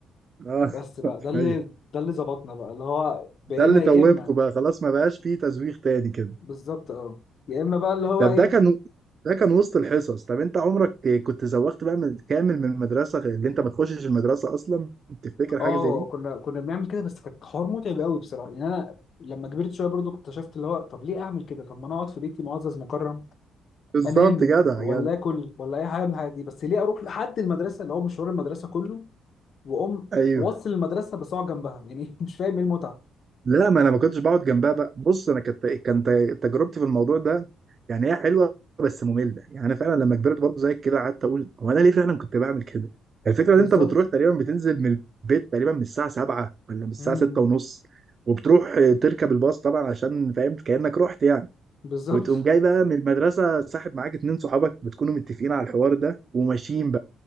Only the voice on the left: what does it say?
بس بقى
ده اللي
ده اللي ظبطنا بقى اللي هو بقينا
يا اما
بالظبط اه يا اما بقى اللي هو
ايه
اه
كنا كنا بنعمل كده بس كانت حوار متعب قوي بصراحه يعني انا لما كبرت شويه برضو اكتشفت اللي هو طب ليه اعمل كده طب ما انا اقعد في بيتي معزز مكرم
انام
ولا
اكل ولا اي حاجه من الحاجات دي بس ليه اروح لحد المدرسه اللي هو مشوار المدرسه كله واقوم
وصل المدرسه بساعه جنبها يعني <laughs> مش فاهم ايه المتعه
بالظبط
امم
بالظبط